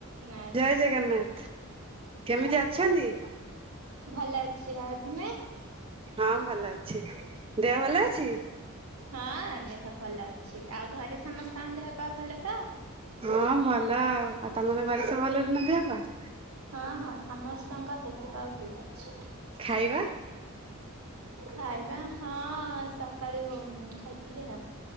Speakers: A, on the right (about 80°); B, on the right (about 25°).
A: ନାଥ
B: ଜୟ ଜଗନ୍ନାଥ। କେମିତି ଅଛନ୍ତି?
A: ଭଲ ଅଛି, ଆଉ ତୁମେ?
B: ହଁ ଭଲ ଅଛି। ଦେହ ଭଲ ଅଛି?
A: ହଁ, ଦେହ ଭଲ ଅଛି। ଆଉ ଘରେ ସମସ୍ତଙ୍କ ଦେହ ପାହ ଭଲ ତ?
B: ହଁ, ଭଲ ଆଉ। ଆଉ, ତମ ମାନଙ୍କ ଘରେ ସବୁ ଭଲରେ ନା ଦେହ ପାହ?
A: ହଁ, ହଁ ସମସ୍ତଙ୍କ ଦେହ ପାହ ଭଲ ଅଛି।
B: ଖାଇବା?
A: ଖାଇବା ହଁ-ଅଁ, ସକାଳୁ ଉଁ ଖାଇଥିଲି ଆଉ।